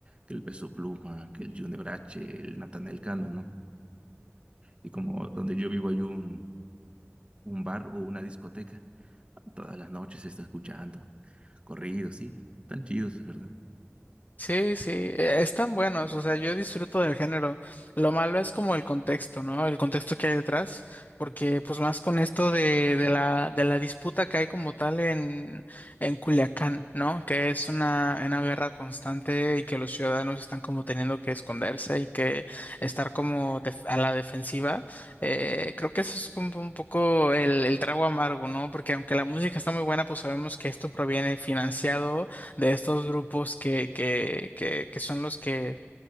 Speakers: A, on the right; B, on the left.
A: Que el Peso Pluma, que el Junior H, el Natanael Cano, ¿no? Y como donde yo vivo hay un, un bar o una discoteca, todas las noches se está escuchando corridos, sí, tan chidos, es verdad.
B: Sí, sí, eh, están buenos, o sea, yo disfruto del género. Lo malo es como el contexto, ¿no? El contexto que hay detrás, porque pues más con esto de, de la, de la disputa que hay como tal en, en Culiacán, ¿no? Que es una, una guerra constante y que los ciudadanos están como teniendo que esconderse y que estar como def- a la defensiva. Eh, creo que eso es como un poco el, el trago amargo, ¿no? Porque aunque la música está muy buena, pues sabemos que esto proviene financiado de estos grupos que, que, que, que son los que,